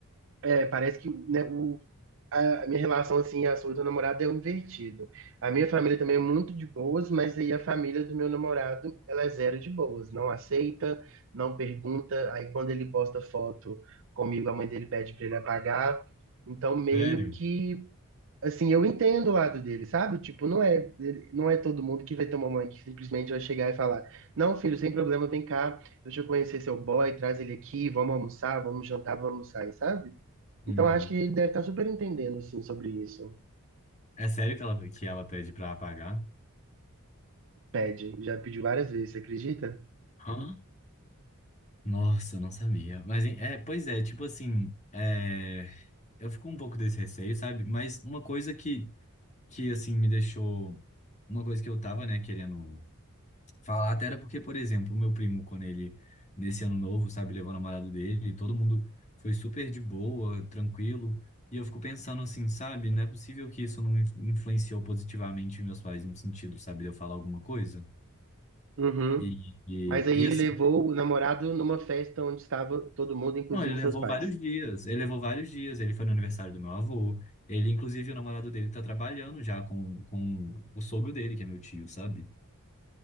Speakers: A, on the right (about 60°); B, on the left (about 30°).
A: é, parece que né, o, a a minha relação, assim, a sua do namorado é um invertido. A minha família também é muito de boas, mas aí a família do meu namorado, ela é zero de boas. Não aceita, não pergunta. Aí quando ele posta foto comigo, a mãe dele pede pra ele apagar. Então, meio
B: Sério?
A: que assim, eu entendo o lado dele, sabe? Tipo, não é, ele- não é todo mundo que vai ter uma mãe que simplesmente vai chegar e falar: Não, filho, sem problema, vem cá, deixa eu conhecer seu boy, traz ele aqui, vamos almoçar, vamos jantar, vamos sair, sabe? Então
B: Uhum.
A: acho que ele deve estar super entendendo, assim, sobre isso.
B: É sério que ela, que ela pede pra apagar?
A: Pede, já pediu várias vezes, você acredita?
B: Ah, nossa, eu não sabia. Mas, hein, é, pois é, tipo assim, é, eu fico um pouco desse receio, sabe? Mas uma coisa que, que assim, me deixou. Uma coisa que eu tava, né, querendo falar, até era porque, por exemplo, o meu primo, quando ele, nesse ano novo, sabe, levou o namorado dele, todo mundo foi super de boa, tranquilo. E eu fico pensando assim, sabe, não é possível que isso não influenciou positivamente meus pais no sentido, sabe, de eu falar alguma coisa.
A: Uhum.
B: E, e,
A: Mas aí
B: e
A: ele
B: assim,
A: levou o namorado numa festa onde estava todo mundo, inclusive
B: não, ele levou
A: seus pais.
B: vários dias. Ele levou vários dias. Ele foi no aniversário do meu avô. Ele, inclusive, o namorado dele tá trabalhando já com, com o sogro dele, que é meu tio, sabe?